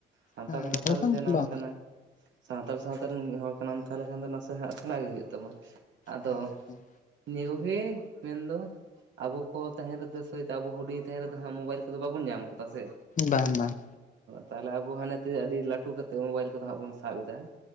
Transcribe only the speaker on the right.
ᱥᱟᱱᱛᱟᱲ
ᱥᱟᱶᱛᱟ
ᱨᱮᱢ ᱡᱟᱱᱟᱢ
ᱟᱠᱟᱱᱟ᱾ ᱥᱟᱱᱛᱟᱲ ᱥᱟᱶᱛᱟ ᱨᱮᱱ ᱢᱤᱫ ᱦᱚᱲ ᱠᱟᱱᱟᱢ ᱛᱟᱦᱚᱞᱞᱮ ᱠᱷᱟᱱ ᱫᱚ ᱱᱟᱥᱮ ᱦᱟᱸᱜ ᱥᱮᱬᱟ ᱜᱮ ᱦᱩᱭᱩᱜ ᱛᱟᱢᱟ ᱾ ᱟᱫᱚ
ᱱᱤᱭᱟᱹ ᱠᱚᱜᱮ ᱢᱮᱱ ᱫᱚ ᱟᱵᱚ ᱠᱚ ᱛᱟᱦᱮᱱ ᱨᱮᱫᱚ ᱥᱮ ᱟᱵᱚ ᱦᱩᱰᱤᱧ ᱛᱟᱦᱮᱱ ᱨᱮᱫᱚ ᱦᱟᱸᱜ ᱢᱚᱵᱟᱭᱤᱞ ᱠᱚᱫᱚ ᱵᱟᱵᱚᱱ ᱧᱟᱢ ᱠᱟᱫᱟ ᱥᱮ᱾
ᱛᱟᱦᱞᱮ ᱟᱵᱚ ᱦᱟᱱᱮ ᱛᱮ ᱟᱹᱰᱤ ᱞᱟᱹᱴᱩ ᱠᱟᱛᱮᱫ ᱢᱚᱵᱟᱭᱤᱞ ᱠᱚᱫᱚ ᱦᱟᱸᱜ ᱵᱚᱱ ᱥᱟᱵ ᱮᱫᱟ ᱾